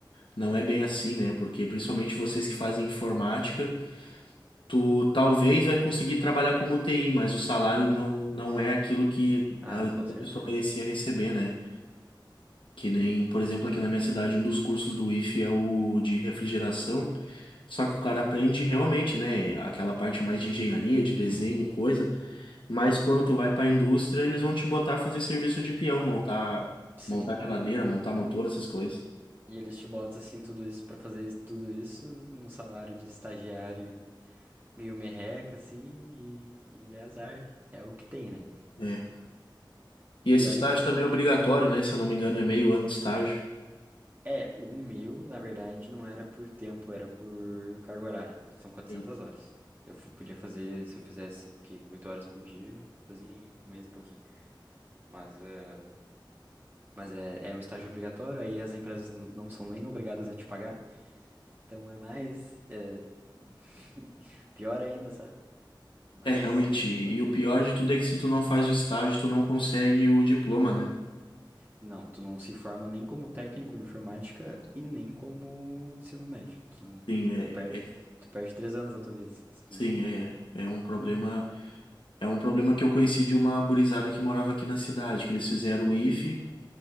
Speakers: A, on the left (about 80°); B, on the right (about 25°).
A: não é bem assim, né? Porque principalmente vocês que fazem informática, tu talvez vai conseguir trabalhar como TI, mas o salário não, não é aquilo que
B: Ah,
A: a
B: com certeza.
A: a pessoa merecia receber, né? Que nem, por exemplo, aqui na minha cidade, um dos cursos do IFE é o de refrigeração. Só que o cara aprende realmente, né? Aquela parte mais de engenharia, de desenho e coisa. Mas quando tu vai pra indústria, eles vão te botar a fazer serviço de peão, montar,
B: Sim.
A: montar geladeira, montar motor, essas coisas.
B: E eles te botam assim tudo isso pra fazer isso- tudo isso num salário de estagiário meio merreca assim e, e é azar, é o que tem, né?
A: É. E
B: E
A: esse
B: olha
A: estágio
B: que
A: também é obrigatório, né? Se eu não me engano, é meio ano de estágio.
B: é, o meu, na verdade, não era por tempo, era por carga horária. São quatrocentas
A: Sim.
B: horas. Eu fi- podia fazer, se eu fizesse assim, que 8 horas por dia, eu fazia em um mês e pouquinho. Mas, ah, mas é, é o estágio obrigatório, aí as empresas n- não são nem obrigadas a te pagar. Então é mais, é, <laughs> pior ainda, sabe? Mas
A: É, realmente.
B: seguimos
A: E
B: lá, né?
A: o pior de tudo é que se tu não faz o estágio, tu não consegue o diploma, né?
B: Não, tu não se forma nem como técnico em informática e nem como ensino médio. Tu não, tu,
A: Sim,
B: tu
A: é,
B: perde,
A: é-
B: tu perde três anos da tua vida, assim, se tu
A: sim,
B: não.
A: é, é um problema. É um problema que eu conheci de uma gurizada que morava aqui na cidade, que eles fizeram o IFE